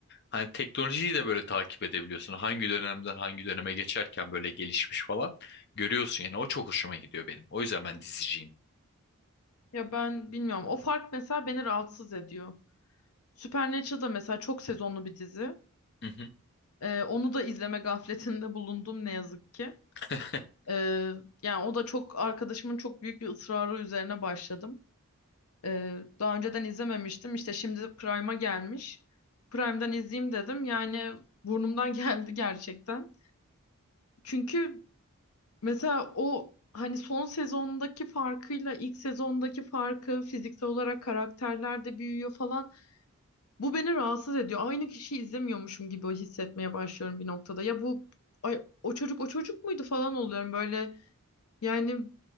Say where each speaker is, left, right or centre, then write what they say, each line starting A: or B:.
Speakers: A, on the left; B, on the left.
A: Hani teknolojiyi de böyle takip edebiliyorsun. Hangi dönemden hangi döneme geçerken böyle gelişmiş falan görüyorsun yani. O çok hoşuma gidiyor benim. O yüzden ben diziciyim.
B: Ya ben bilmiyorum. O fark mesela beni rahatsız ediyor. Supernatural da mesela çok sezonlu bir dizi.
A: Hı hı.
B: Ee, onu da izleme gafletinde bulundum ne yazık ki.
A: <laughs>
B: Ee, yani o da çok arkadaşımın çok büyük bir ısrarı üzerine başladım. Ee, daha önceden izlememiştim. İşte şimdi Prime'a gelmiş. Prime'dan izleyeyim dedim. Yani burnumdan <laughs> geldi gerçekten. Çünkü mesela o hani son sezondaki farkıyla ilk sezondaki farkı fiziksel olarak karakterler de büyüyor falan. Bu beni rahatsız ediyor. Aynı kişiyi izlemiyormuşum gibi hissetmeye başlıyorum bir noktada. Ya bu ay, o çocuk o çocuk muydu falan oluyorum böyle. Yani